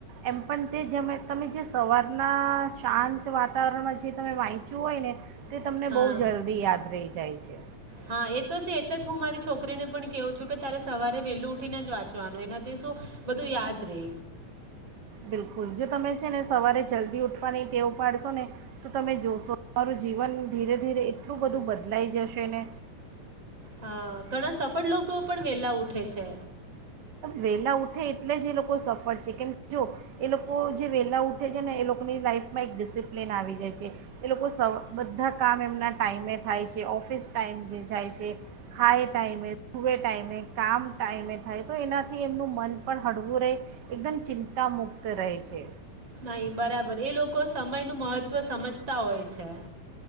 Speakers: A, on the right; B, on the right.
A: એમ પણ તે તમે જે સવાર ના શાંત વાતાવરણમાં જે તમે વાંચ્યું હોય ને તે તમને
B: હા
A: બહુ જલ્દી યાદ રહી જાય છે
B: હા, એ તો છે એટલે હું મારી છોકરીને પણ કેવું છું કે તારે સવારે વેલું ઉઠીને જ વાંચવાનું એનાથી શું બધું યાદ રે
A: બિલકુલ જો તમે છે ને સવારે જલ્દી ઉઠવાની ટેવ પાડશો ને તો તમે જોશો તમારું જીવન ધીરે ધીરે એટલું બધું બદલાઈ જશે ને
B: હા, ઘણા સફળ લોકો પણ વેલા ઉઠે છે
A: વહેલા ઉઠે એટલે જ એ લોકો સફળ છે, કેમ જો એ લોકો જે વહેલા ઉઠે છે, ને એ લોકોની લાઈફમાં એક ડિસિપ્લિન આવી જાય છે, એ લોકો સ બધા કામ એમના ટાઈમે થાય છે ઓફિસ ટાઈમ જે જાય છે ખાએ ટાઈમે, સુવે ટાઈમે, કામ ટાઈમે થાય તો એનાથી એમનું મન પણ હળવું રહે, એકદમ ચિંતા મુક્ત રહે છે
B: અહી બરાબર એ લોકો સમયનું મહત્વ સમજતા હોય છે.